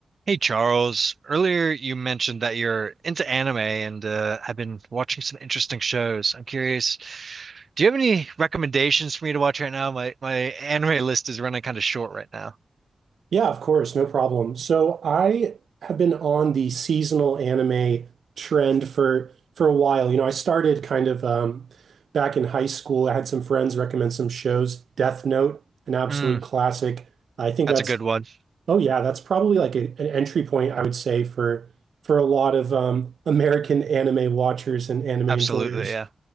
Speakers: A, on the right; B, on the right.
A: Hey Charles, earlier you mentioned that you're into anime and uh, have been watching some interesting shows. I'm curious, do you have any recommendations for me to watch right now? My my anime list is running kind of short right now.
B: Yeah, of course, no problem. So I have been on the seasonal anime trend for for a while. You know, I started kind of um, back in high school. I had some friends recommend some shows. Death Note, an absolute
A: Mm,
B: classic. I think
A: that's
B: that's
A: a good one.
B: oh yeah, that's probably like a, an entry point I would say for for a lot of um, American anime watchers and anime
A: Absolutely,
B: enjoyers.
A: yeah.